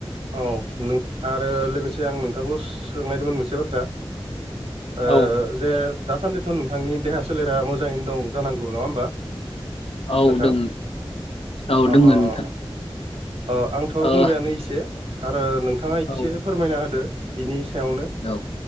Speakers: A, on the right; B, on the left.
A: औ नों आरो लोगोसे आं नोंथांखौ सोंनायदोंमोन मोनसे बाथ्रा। ओ
B: औ
A: जे दासान्दिथ' नोंथांनि देहा सोलेरा मोजाङैनो दं जानांगौ नङा होमबा?
B: औ
A: नोंथां
B: दों औ
A: अ
B: दोङो
A: अ अ।
B: नोंथां
A: अ आंथ'
B: ओ
A: बुंबायानो एसे आरो नोंथाङा एसे
B: औ
A: फोरमायना होदो बिनि सायावनो
B: औ